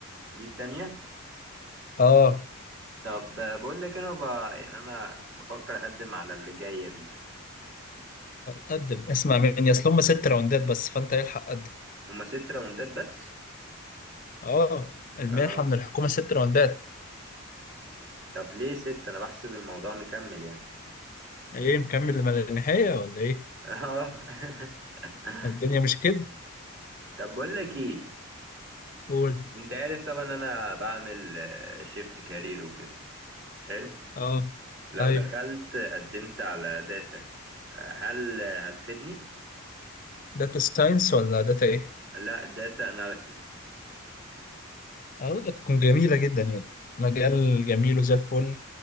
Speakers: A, on the right; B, on the left.
A: دي التانية
B: اه
A: طب آه، بقول لك انا ب... يعني انا بفكر اقدم على اللي جايه دي
B: قدم اسمع مني اصل هم ست راوندات بس فانت الحق قدم
A: هما ست راوندات بس
B: اه المنحة
A: اه
B: من الحكومة ست راوندات
A: طب ليه ست انا بحسب الموضوع مكمل يعني
B: ايه مكمل لما النهاية ولا ايه
A: اه <laughs>
B: الدنيا مش كده
A: طب بقول لك ايه
B: قول
A: انت عارف طبعا انا بعمل شيفت كارير وكده حلو
B: اه
A: لو
B: ايوه
A: دخلت قدمت على داتا هل هتفيدني؟
B: داتا ساينس ولا داتا ايه
A: لا داتا اناليسز
B: اه تكون جميلة جدا يعني مجال جميل وزي الفل